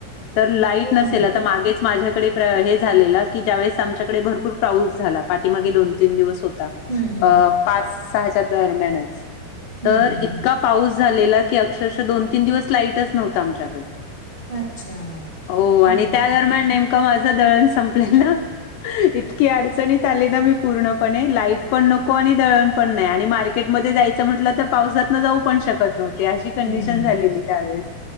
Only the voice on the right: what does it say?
हो
ना
हम्म हम्म
हम्म
हम्म
हम्म
हम्म
अच्छा,
अरे बापरे.
हम्म